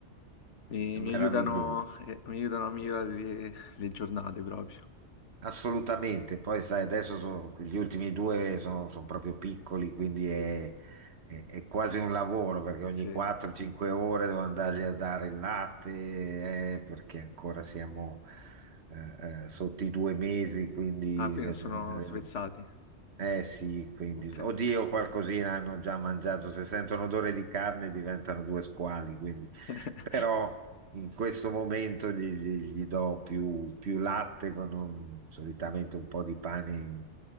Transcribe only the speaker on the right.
è meraviglioso.
Assolutamente, poi sai, adesso sono- gli ultimi due sono, sono proprio piccoli, quindi è, è- è quasi un lavoro perché ogni
4-5 ore devo andargli a dare il latte, eh, perché ancora siamo eh, eh, sotto i due mesi, quindi
vedere.
Eh sì, quindi,
oddio,
qualcosina hanno già mangiato. Se sentono odore di carne diventano due squali, quindi.
Però in questo momento gli, gli- gli do più, più latte con un- solitamente un po' di pane